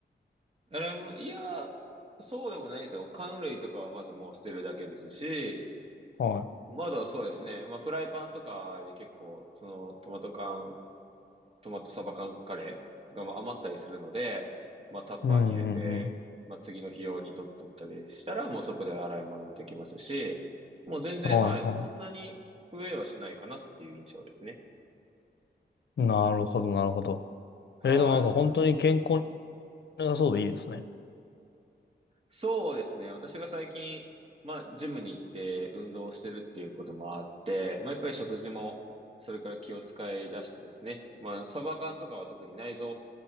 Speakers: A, on the right (about 35°); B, on the left (about 70°).
A: あれも、いや、そうでもないですよ。缶類とかはまずもう捨てるだけですし、
B: は
A: まだそうですね。まあ、フライパンとかで結構、そのトマト缶トマトサバ缶カレーがまあ余ったりするので、まあタッパーに入れて、
B: い。うんうんうん。
A: まあ次の日用に取っとったりしたら、もうそこで洗い物もできますし、もう全然、
B: はいは
A: はい、そんなに増えはしないかなっていう印象ですね。
B: い。なるほど、なるほど。
A: はい。
B: えー、でもなんか本当に健康に良さそうでいいですね。
A: そうですね。私が最近、まあ、ジムに行って運動をしてるっていうこともあって、まあ、やっぱり食事も、それから気を使い出してですね。まあ、サバ缶とかは特に内臓